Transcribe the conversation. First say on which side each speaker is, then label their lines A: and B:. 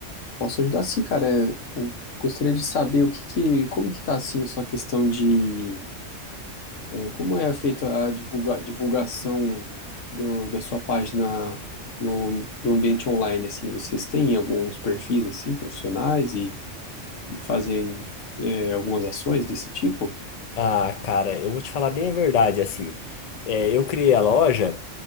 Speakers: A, on the left; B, on the left.
A: posso ajudar sim, cara. É, eu gostaria de saber o que que, como que tá assim a sua questão de É, como é feita a divulga- divulgação do- da sua página no, no ambiente online, assim? Vocês têm alguns perfis, assim, profissionais e, e fazem é, algumas ações desse tipo?
B: Ah, cara, eu vou te falar bem a verdade, assim. É, eu criei a loja.